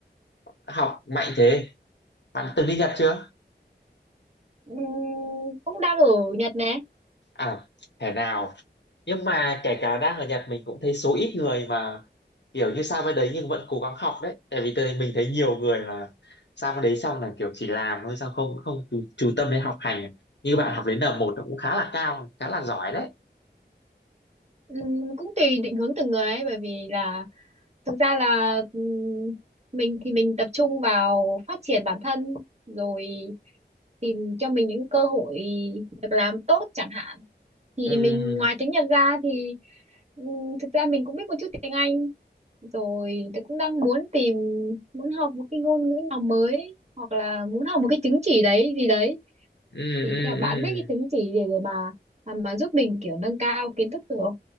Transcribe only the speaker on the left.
học mạnh thế? Bạn từng đi Nhật chưa?
À, thế nào? Nhưng mà kể cả đang ở Nhật mình cũng thấy số ít người mà kiểu như sang bên đấy nhưng vẫn cố gắng học đấy. Tại vì tôi mình thấy nhiều người là sang bên đấy xong là kiểu chỉ làm thôi sao không không chú, chú tâm đến học hành. Như bạn học đến n một cũng khá là cao, khá là giỏi đấy.
Ừ,
ừ,
ừ,
ừ.